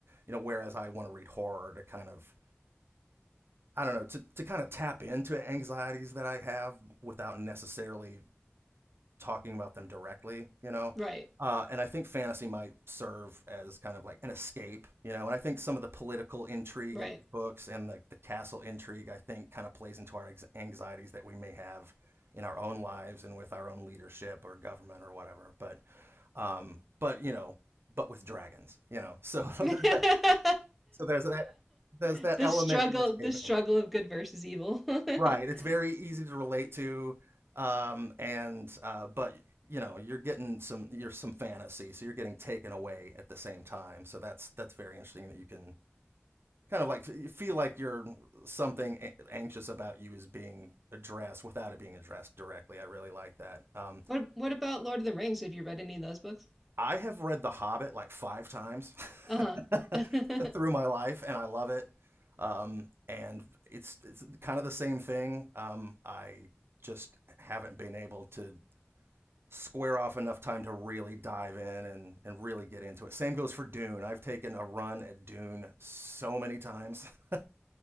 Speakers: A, on the right; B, in the centre.
A: you know, whereas I want to read horror to kind of, I don't know, to, to kind of tap into anxieties that I have without necessarily talking about them directly, you know.
B: Right.
A: Uh, and I think fantasy might serve as kind of like an escape, you know. And I think some of the political intrigue
B: Right.
A: in books and the, the castle intrigue, I think, kind of plays into our ex- anxieties that we may have in our own lives and with our own leadership or government or whatever. But, um, but you know, but with dragons, you know. So <laughs> there's
B: <laughs> yeah.
A: that. So there's that. There's that
B: The
A: element
B: struggle
A: of escaping.
B: the struggle of good versus evil.
A: Right.
B: <laughs>
A: It's very easy to relate to, um, and uh, but you know you're getting some you're some fantasy, so you're getting taken away at the same time. So that's that's very interesting that you can kind of like f- feel like you're something a- anxious about you is being addressed without it being addressed directly. I really like that. Um,
B: what what about Lord of the Rings? Have you read any of those books?
A: I have read The Hobbit like five times
B: Uh-huh.
A: <laughs>
B: <laughs>
A: through my life, and I love it. Um, and it's it's kind of the same thing. Um, I just haven't been able to square off enough time to really dive in and, and really get into it. Same goes for Dune. I've taken a run at Dune so many times. <laughs>